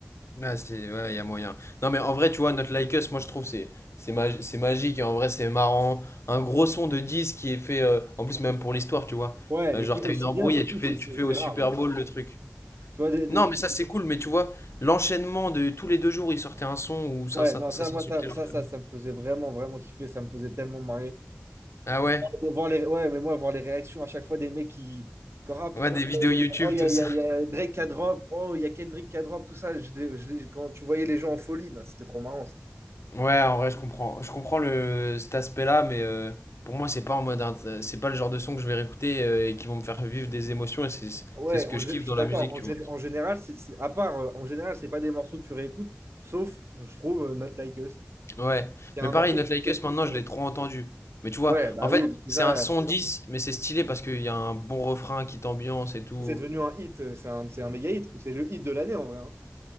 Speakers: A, on the left; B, on the right.
A: Ouais, c'est, ouais, il y a moyen. Non, mais en vrai, tu vois, notre Like Us, moi je trouve c'est c'est magi- c'est magique et en vrai, c'est marrant. Un gros son de 10 qui est fait, euh, en plus, même pour l'histoire, tu vois.
B: Ouais,
A: Euh,
B: mais
A: genre,
B: qui, aussi
A: t'as une embrouille
B: bien, surtout,
A: et tu fais,
B: c'est c'est-
A: tu fais
B: c'est
A: au Super
B: rare. hein.
A: Bowl le truc.
B: Tu vois, des-
A: Non,
B: des-
A: mais ça, c'est cool, mais tu vois, l'enchaînement de tous les deux jours, ils sortaient un son où ça,
B: ouais,
A: ça,
B: non,
A: ça
B: ça,
A: s'insultait
B: moi, ça,
A: leur
B: ça,
A: famille.
B: ça, ça me faisait vraiment, vraiment kiffer. Ça me faisait tellement marrer.
A: Ah
B: De
A: ouais?
B: voir les... Ouais, mais moi, voir les réactions à chaque fois des mecs qui. Encore, ah putain,
A: Ouais, des vidéos
B: oh,
A: YouTube,
B: il y
A: tout
B: a, il
A: ça.
B: y a- il y a Drake qui a drop, oh, il y a Kendrick qui a drop, tout ça. Je l'ai- je l'ai- quand tu voyais les gens en folie, là, c'était trop marrant ça.
A: Ouais, en vrai, je comprends. Je comprends le, cet aspect-là, mais euh, pour moi, c'est pas en mode, int- c'est pas le genre de son que je vais réécouter euh, et qui vont me faire vivre des émotions et c'est
B: Ouais,
A: c'est ce
B: en
A: que je
B: gé-
A: kiffe
B: je suis
A: dans
B: d'accord.
A: la musique,
B: En,
A: tu
B: gé-
A: vois.
B: en général, c'est, c'est- à part, euh, en général, c'est pas des morceaux que tu réécoutes, sauf, je trouve, euh, Not Like Us.
A: Ouais,
B: Il y
A: mais
B: a un
A: pareil,
B: morceau
A: Not
B: que
A: Like
B: tu
A: Us,
B: écoutes.
A: maintenant, je
B: euh,
A: l'ai trop entendu. Mais tu vois,
B: ouais, bah
A: en fait,
B: oui, mais c'est
A: c'est
B: ça,
A: un son
B: euh,
A: 10, mais c'est stylé parce qu'il y a un bon refrain qui t'ambiance et tout.
B: c'est devenu un hit, euh, c'est un, c'est un méga hit, quoi. c'est le hit de l'année en vrai. hein.